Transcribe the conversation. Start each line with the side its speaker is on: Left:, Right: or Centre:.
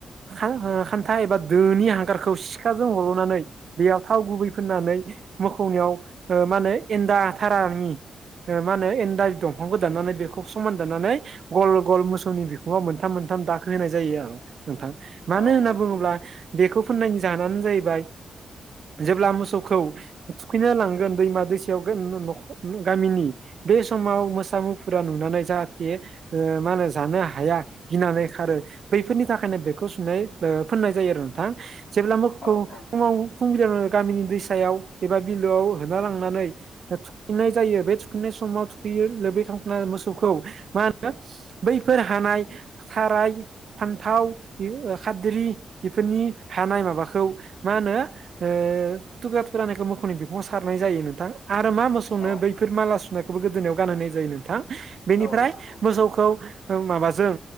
Right: खान- ओ खान्था एबा दोनि हांगारखौ सिखाजों हल'नानै बेयाव थाव गुबै फिनानै मोखौनियाव ओ मा होनो एनन्दा थारानि ओ मा होनो एन्न्दा दंफांखौ दाननानै बेखौ समान दाननानै गल गल मोसौनि बिखङाव मोनथाम मोनथाम दाखो होनाय जायो आरो नोंथां। मानो
Left: औ
Right: होनना
Left: औ नंगौ
Right: बुङोब्ला
Left: नोंथां
Right: बेखौ फोननायनि जाहोनानो जाहैबाय जेब्ला मोसौखौ थुखैना लांगोन दैमा दैसायाव गोन-गोन-न नख- गामिनि बे समाव मोसा मुफुरा नुनानै जाहाथे ओ मा होनो जानो हाया गिनानै खारो बैफोरनि थाखायनो बेखौ सुनाय ओ फोननाय जायो आरो नोंथां जेब्ला मोखौ
Left: औ औ
Right: फुङाव सुंबिदा गामिनि दैसायाव एबा बिलोआव होना लांनानै थुखैनाय जायो बे थुखैनाय समाव थुखैयो लोबै खालामखांनानै मोसौखौ मा होनो बैफोर हानाय थाराय फान्थाव इ- ओ खारादै बेफोरनि हानाय माबाखौ मा होनो ओ थुख्रा थुरानिखौ मोखौनि बिफङाव सारनाय जायो नोंथां आरो मा म सौनो
Left: औ
Right: बैफोर माला सुनायखौबो गोदोनायाव गानहनाय जायो नोंथां बेनिफ्राय
Left: औ नोंथां औ
Right: मोसौखौ माबाजों